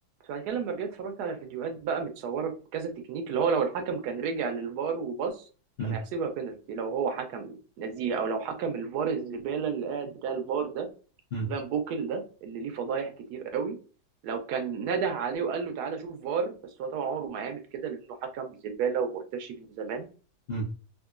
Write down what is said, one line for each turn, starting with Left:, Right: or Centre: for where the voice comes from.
Right: فبعد كده لما رجعت اتفرجت على فيديوهات بقى متصوره بكذا تكنيك اللي هو لو الحكم كان رجع للفار وبص كان
Left: امم
Right: هيحسبها بينالتي لو هو حكم نزيه او لو حكم الفار الزباله اللي قاعد بتاع الفار ده
Left: امم
Right: فان بوكل ده اللي ليه فضايح كتير قوي لو كان نده عليه وقال له تعالى شوف فار بس هو طبعا عمره ما هيعمل كده لانه حكم زباله ومرتشي من زمان
Left: امم